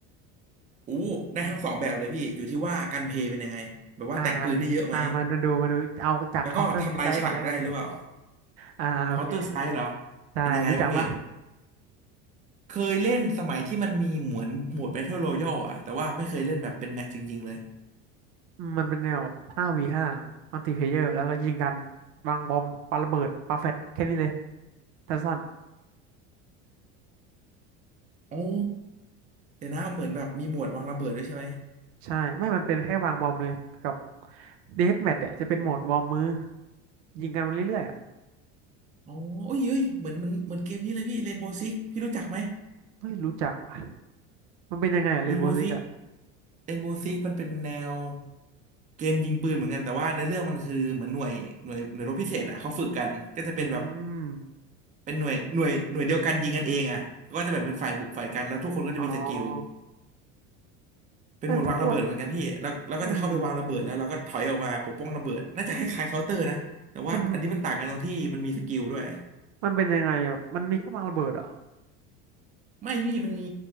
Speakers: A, on the right; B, on the right.
A: อู้ได้ทั้งสองแบบเลยพี่อยู่ที่ว่าการเพลย์เป็นยังไงแบบว่าแต่งปืนได้เยอะไหม
B: อ่าอ่ามามาดูมาดูเอาจาก
A: แล้วก็ทำลายฉากได้หรือเปล่า
B: Counter Strike ก่อนแล้วกันอ่าอาโอเค
A: Counter Strike เหรอ
B: ใช่รู้จักปะ
A: เป็นยังไงบ้างพี่เคยเล่นสมัยที่มันมีเหมือนโหมด Battle Royale อะแต่ว่าไม่เคยเล่นแบบเป็นแมตช์จริงๆเลย
B: อืมมันเป็นแนว 5v5 มัลติเพลเยอร์แล้วก็ยิงกันวางบอมปาระเบิดปาแฟตแค่นี้เลยสั้น
A: โอ้เดี๋ยวนะเหมือนแบบมีหมวดวางระเบิดด้วยใช่ไหม
B: ๆใช่ไม่มันเป็นแค่วางบอมเลยกับเดธแมทเนี่ยจะเป็นโหมดวอร์มมือยิงกันไปเรื่อยๆอ่ะ
A: อ๋อโอ้ยเอ้ยเหมือนเหมือนเหมือนเกมนี้เลยพี่เรนโบว์ซิกพี่รู้จักไหม
B: เฮ้ยรู้จักว่ะมันเป็นยังไงอ่ะเรนโบว์ซิกอ่ะ
A: เรนโบว์ซิก เอ็นโบว์ซิกมันเป็นแนวเกมยิงปืนเหมือนกันแต่ว่าในอเรื่องมันคือเหมือนหน่วยหน่วยหน่วยรบพิเศษอ่ะเขาฝึกกันก็จะเป็นแบบ
B: อืม
A: เป็นหน่วยหน่วยหน่วยเดียวกันยิงกันเองอ่ะก็จะแบ่งเป็นฝ่ายบุกฝ่ายกันแล้วทุกคนก็จะมีสกิล
B: อ๋อ
A: เป็นหมวดวางระเบิดเหมือนกันพี่แล้วเราก็จะเข้าไปวางระเบิดแล้วเราก็ถอยออกมาปกป้องระเบิดน่าจะคล้ายๆเคาน์เตอร์นะแต่ว่าอันนี้มันต่างกันตรงที่มันมีสกิลด้วย
B: เออถ้าพูดอืมมันมันเป็นยังไงแบบมันมีแค่วางระเบิดเหรอ
A: ไม่มีมันมี